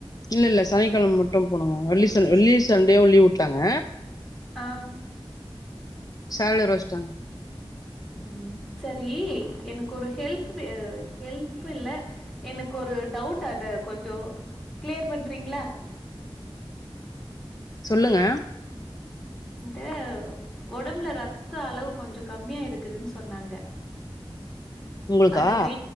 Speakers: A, on the left; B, in the centre.
A: இல்லல்ல சனிக்கெழம மட்டு போனூ வெள்ளி சன் வெள்ளியு சண்டேவு லீவுட்டாங்க
B: ஆ
A: சேலர் வச்ட்டாங்க
B: உம் சரீ எனக்கு ஒரு ஹெல்ப் வே ஹெல்ப்பில்ல எனக்கு ஒரு டவுட் அத கொஞ்சோ க்ளியர் பண்றிங்ளா
A: சொல்லுங்க
B: இந்த ஒடம்ப்ல ரத்த அளவு கொஞ்சோ கம்மியா இருக்குதுன் சொன்னாங்க
A: உங்களுக்கா
B: அதுக்கு